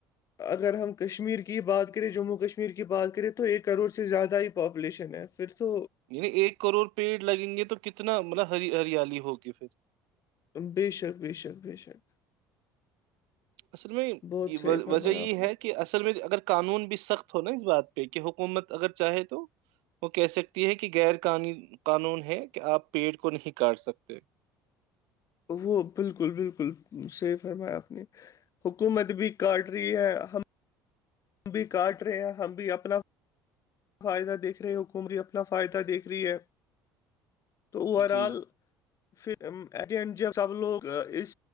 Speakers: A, on the left (about 40°); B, on the right (about 70°).
A: اگر ہم کشمیر کی بات کریں جموں کشمیر کی بات کریں تو ایک کروڑ سے زیادہ ہی پاپولیشن ہے پھر تو
B: یعنی ایک کروڑ پیڑ لگیں گے تو کتنا مطلب ہ ہریالی ہوگی پھر
A: بیشک بیشک بیشک
B: اصل میں
A: بہت صحیح فرمایا
B: وجہ یہ
A: آپ نے
B: ہے کہ اصل میں اگر قانون بھی سخت ہوناا اس بات پہ کہ حکومت اگر چاہے تو وہ کہہ سکتی ہے کہ غیر قان قانون ہے کہ آپ پیڑ کو نہیں کاٹ سکتے
A: وہ بالکل بالکل صحیح فرمایا آپ نے حکومت بھی کاٹ رہی ہے ہم ہم بھی کاٹ رہے ہیں ہم بھی اپنا فائدہ دیکھ رہے ہے حکومری اپنا فائدہ دیکھ رہی ہے تو اوور
B: جی
A: آل پھر ایٹ د اینڈ جب سب لوگ اس